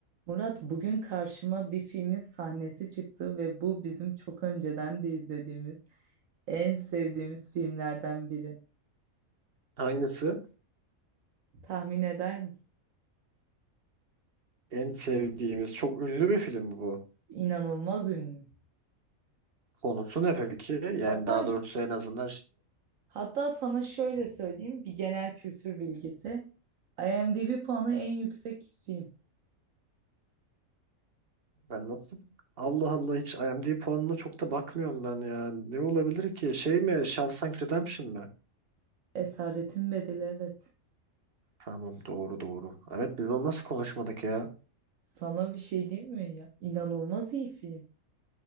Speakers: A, on the right (about 70°); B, on the right (about 45°).
A: Murat bugün karşıma bir filmin sahnesi çıktı ve bu bizim çok önceden de izlediğimiz en sevdiğimiz filmlerden biri.
B: Hangisi?
A: Tahmin eder misin?
B: En sevdiğimiz. Çok ünlü bir film bu.
A: İnanılmaz ünlü.
B: Konusu ne peki? Yani
A: Hatta
B: daha doğrusu en azından ş-
A: hatta sana şöyle söyleyeyim bir genel kültür bilgisi. IMDb puanı en yüksek film.
B: ben nasıl? Allah Allah hiç IMDb puanına çok da bakmıyorum ben ya. Ne olabilir ki? Şey mi? Shawshank Redemption mi?
A: Esaretin Bedeli evet.
B: Tamam doğru doğru. Evet biz onu nasıl konuşmadık ya?
A: Sana bir şey diyeyim mi ya? İnanılmaz iyi film.